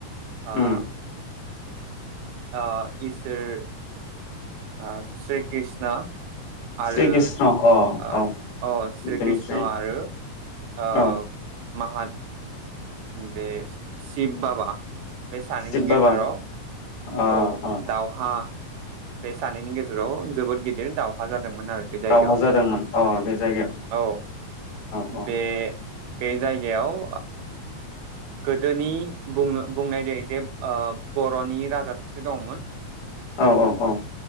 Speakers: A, on the right (about 85°); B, on the left (about 85°).
A: ओ
B: ओम
A: ओ इसोर ओ श्री कृष्ण आरो
B: श्री कृष्ण अ
A: अ
B: औ
A: श्री
B: बेनिफ्राय
A: कृष्ण आरो ओ
B: औ
A: माहत बे शिब बाबा बे सानैनि
B: शिब बाबा
A: गेजेराव
B: अ
A: औ
B: अ
A: दावहा बे सानैनि गेजेराव जोबोद गिदिर दावहा जादों जादोंमोन आरो बे जायगायाव
B: दावहा जादोंमोन अ बे जायगायाव
A: औ
B: औ
A: बे बे जायगायाव गोदोनि बुं बुंनाय जायो जे बर'नि राजा सासे दंमोन
B: औ औ औ